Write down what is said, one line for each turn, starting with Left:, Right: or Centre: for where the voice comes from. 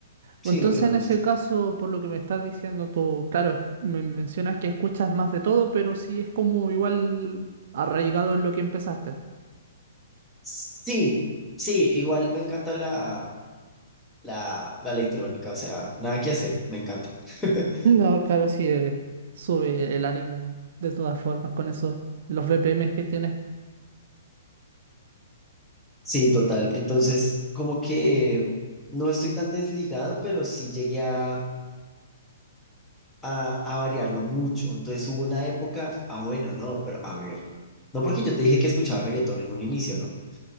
Centre: sí,
Right: Entonces,
Centre: lo que me
Right: en
Centre: gusta.
Right: ese caso, por lo que me estás diciendo tú, claro, es- me mencionas que escuchas más de todo, pero sí es como igual arraigado en lo que empezaste. <laughs>
Centre: Sí, sí, igual me encanta la, la, la electrónica, o sea, nada que hacer, me encanta. <laughs>
Right: No, claro, sí, eh, sube el ánimo de todas formas con eso, los BPMs que tienes.
Centre: Sí, total. Entonces, como que no estoy tan desligado, pero sí llegué a, a, a variarlo mucho. Entonces hubo una época, ah, bueno, no, pero a ver, no porque yo te dije que escuchaba reggaetón en un inicio, ¿no?